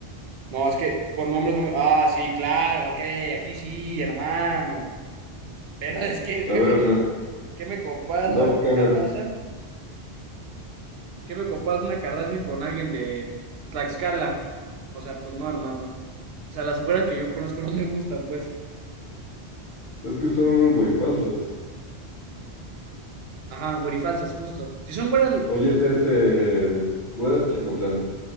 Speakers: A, on the right (about 70°); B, on the left (about 80°).
A: No, es que por nombres no me. Ah, sí, claro, ok, aquí sí, hermano. Pero es que,
B: A
A: ¿qué
B: ver,
A: me,
B: otra.
A: qué me copas la
B: Dove Cameron.
A: Kardashian? ¿Qué me copas una Kardashian con alguien de Tlaxcala? O sea, pues no, hermano. O sea, las güeras que yo conozco no me gustan, pues.
B: Es que son güey falsas.
A: Ajá, güerifalsas, justo. Si son güeras
B: Oye, es este. Güeras Chocoflan.